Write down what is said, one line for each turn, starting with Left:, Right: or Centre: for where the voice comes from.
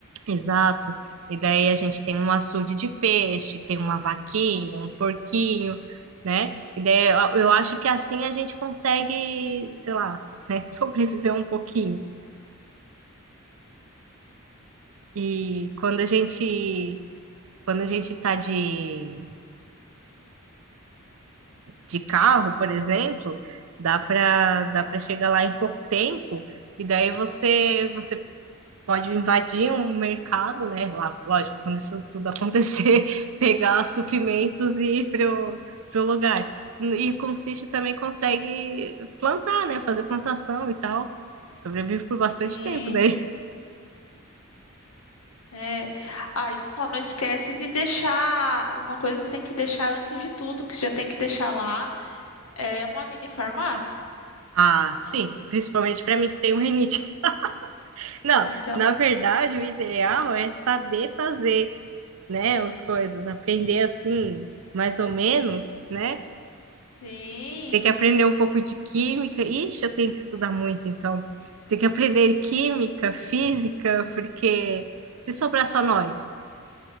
Right: Exato. E daí a gente tem um açude de peixe, tem uma vaquinha, um porquinho, né? E daí eu eu acho
Left: Uhum.
Right: que assim a gente consegue, sei lá, né, <laughs> sobreviver um pouquinho. E quando a gente quando a gente tá de, de carro, por exemplo, dá para dá para chegar lá em pouco tempo. E daí você você pode invadir um mercado, né? Lá, lógico, quando isso tudo acontecer, <laughs> pegar suprimentos e ir pro, pro lugar. E com o sítio também consegue plantar, né? Fazer plantação e tal. Sobrevive por bastante
Left: Sim.
Right: tempo daí.
Left: É, aí só não esquece de deixar uma coisa que tem que deixar antes de tudo, que já tem que deixar lá, é uma mini farmácia.
Right: Ah, sim, principalmente para mim que tenho rinite. <laughs> Não,
Left: É, então,
Right: na verdade, o ideal é saber fazer, né, as coisas, aprender assim, mais ou menos, né?
Left: sim.
Right: Tem que aprender um pouco de química. Ixi, eu tenho que estudar muito, então. Tem que aprender química, física, porque se sobrar só nós.